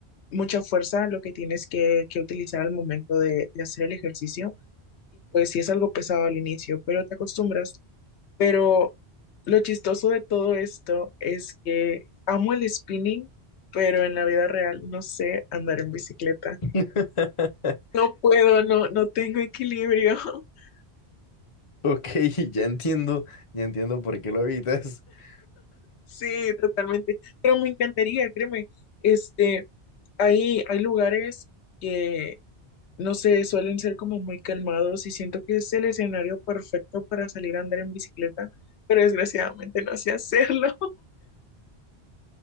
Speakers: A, on the left; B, on the left.
A: mucha fuerza lo que tienes que, que utilizar al momento de de hacer el ejercicio y pues sí es algo pesado al inicio, pero te acostumbras. Pero lo chistoso de todo esto es que amo el spinning, pero en la vida real no sé andar en bicicleta.
B: <laughs>
A: No puedo, no, no tengo equilibrio. <laughs>
B: Ok, ya entiendo, ya entiendo por qué lo evitas. <laughs>
A: Sí, totalmente. Pero me encantaría, créeme. Este, hay, hay lugares que, no sé, suelen ser como muy calmados y siento que es el escenario perfecto para salir a andar en bicicleta, pero desgraciadamente no sé hacerlo.